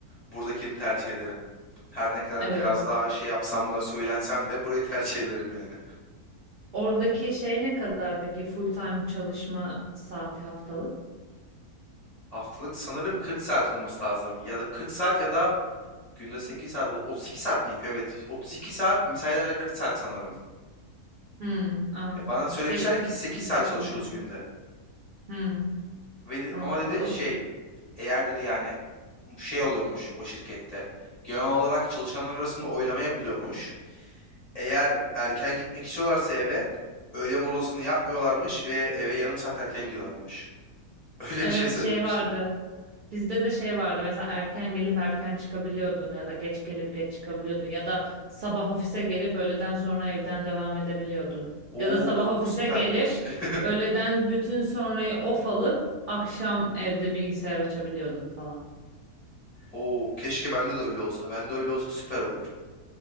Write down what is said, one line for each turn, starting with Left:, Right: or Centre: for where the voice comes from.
Left: Buradakini tercih ederim. Her ne kadar
Right: Evet.
Left: biraz daha şey yapsam da söylensem de burayı tercih ederim yani.
Right: Oradaki şey ne kadar peki full time çalışma saati haftalık?
Left: Haftalık sanırım 40 saat olması lazım. Ya da 40 saat ya da günde 8 saat. ol- 32 saat mi yapıyor? Evet. 32 saat misailerle 40 saat sanırım.
Right: Hmm, anladım.
Left: Ya bana söylemişler
Right: Türkiye'de 40
Left: ki 8
Right: 45
Left: saat çalışıyoruz
Right: sene.
Left: günde.
Right: Hmm,
Left: Ve de-
Right: anladım.
Left: ama dedi şey eğer dedi yani şey oluyormuş o şirkette. Genel olarak çalışanlar arasında oylama yapılıyormuş. Eğer erken gitmek istiyorlarsa eve öğle molasını yapmıyorlarmış ve eve yarım saat erken gidiyorlarmış. <laughs> Öyle
Right: Evet
Left: bir şey söylemişti.
Right: şey vardı. Bizde de şey vardı. Mesela erken gelip erken çıkabiliyordun ya da geç gelip geç çıkabiliyordun ya da sabah ofise gelip öğleden sonra evden devam edebiliyordun.
Left: Oo,
Right: Ya da sabah ofise
Left: o süpermiş.
Right: gelip
Left: <laughs>
Right: öğleden bütün sonrayı off alıp akşam evde bilgisayar açabiliyordun falan.
Left: Oo, keşke bende de öyle olsa. Bende öyle olsa süper olur.